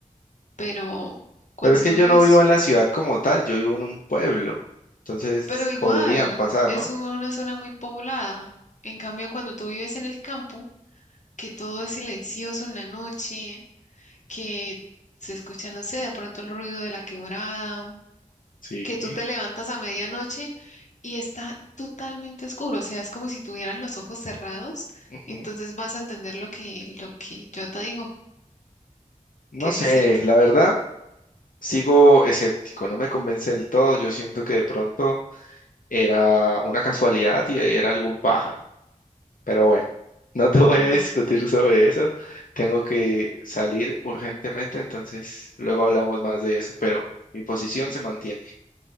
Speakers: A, on the left (about 65°); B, on the left (about 85°).
A: Pero cuando
B: Pero es que
A: tú vives,
B: yo no vivo en la ciudad como tal, yo vivo en un pueblo. Entonces
A: pero igual
B: podrían pasar,
A: es
B: ¿no?
A: una zona muy poblada. En cambio, cuando tú vives en el campo, que todo es silencioso en la noche que se escucha, no sé, de pronto el ruido de la quebrada,
B: Sí.
A: que tú te levantas a medianoche y está totalmente oscuro, o sea, es como si tuvieras los ojos cerrados,
B: Ujú.
A: entonces vas a entender lo que, lo que yo te digo,
B: No
A: que
B: sé,
A: sí es cierto.
B: la verdad, sigo escéptico, no me convence del todo. Yo siento que de pronto era una casualidad y era algún pájaro. Pero bueno, <laughs> no te voy
A: No.
B: a discutir sobre eso. Tengo que salir urgentemente, entonces luego hablamos más de eso, pero mi posición
A: ¿vale?
B: se mantiene.